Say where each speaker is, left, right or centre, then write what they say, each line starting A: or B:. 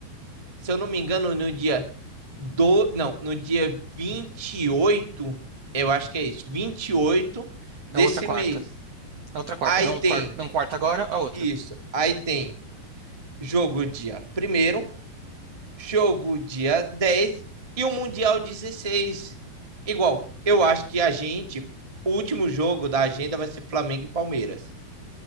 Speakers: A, on the right; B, on the right.
A: se eu não me engano, no dia do, não, no dia 28. eu acho que é isso, Vinte e oito desse
B: Na outra quarta.
A: mês.
B: Na outra quarta.
A: Aí
B: Não,
A: tem
B: quarta, não quarta agora, a outra.
A: isso, aí tem jogo dia primeiro, jogo dia 10 e o Mundial dezesseis Igual, eu acho que a gente, o último jogo da agenda vai ser Flamengo e Palmeiras.